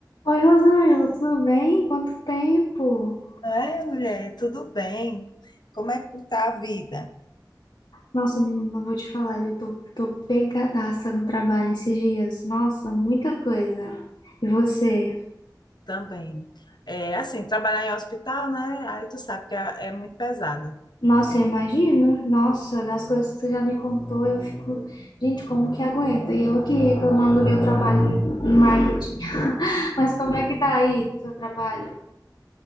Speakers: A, on the left; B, on the left.
A: Oi, Rosângela, tudo bem? Quanto tempo?
B: É, mulher, tudo bem? Como é que tá a vida?
A: Nossa, menina, não vou te falar, eu tô, tô pegadaça no trabalho esses dias. Nossa, muita coisa. E você?
B: Também. É assim, trabalhar em hospital, né? Aí tu sabe que é, é muito pesado,
A: Nossa, eu imagino. Nossa, das coisas que você já me contou, eu fico, gente, como que aguenta? E eu aqui reclamando do meu trabalho em marketing. <laughs> Mas como é que tá aí o seu trabalho?